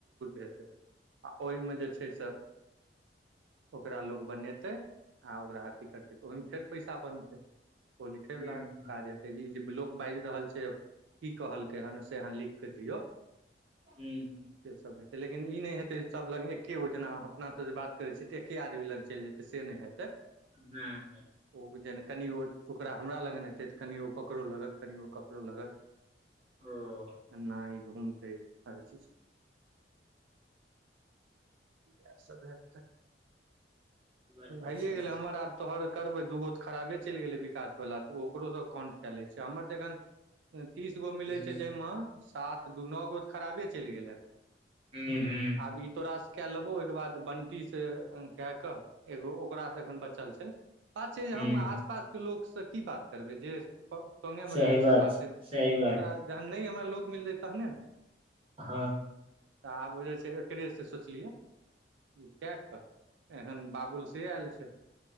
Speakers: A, on the right (about 80°); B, on the right (about 30°).
A: हेतै आ ओहिमे जे छै से ओकरा लोग बनेतै आ ओकरा अथी करतै तऽ ओहिमे फेर पैसा बनतै। ओ लिखय
B: हूं
A: वला
B: हूं
A: काज हेतै ई जे ब् लोक बाजि रहल छै। की कहलकै हन से अहाँ लिखके दियऔ
B: हू हू
A: से सभ हेतै लेकिन ई नहि हेतै जे सभ लग एकेगो जेना अपनासँ जे बात करै छियै तऽ एके आदमी लग चलि जेतै से नहि हेतै <unintelligible>
B: <unintelligible>
A: ओ जेना कनि ओ करा हमरा लगन हेते तऽ कनि ओ ककरो लगन कनि ओ ककरो लगन
B: ओ
A: नहि घूमते हर चीज इएहसभ हैतऽ
B: बढ़िया
A: हइयए
B: छै
A: गेलै हमर आब तोहर करबै दूगो तऽ खराबे चलि गेलै विकास वला तऽ ओकरो सब कंड च ल छै हमर तऽन तीस गो मिलै
B: हूँ
A: छै जाहिमे सात दू नओ गो तऽ खराबे चलि गेलै
B: हू हू
A: आब ई तोरासँ कए लेबौ ओहिके बाद बंटी सऽ कए कऽ एगो ओकास सऽ एखन बचल छै बात छै जे
B: हूँ
A: हम आसपास के लोक से की बात करबै जे सगे
B: सही
A: मे रहै
B: बात
A: छै पासे मे
B: सही बात
A: ओकरा जहन नहि हमरा लोक मिलतै तहने नऽ
B: हँ
A: तऽ आब जे छै एकरेसँ सोचलियै कए कऽ एहन बाबुल से आयल छै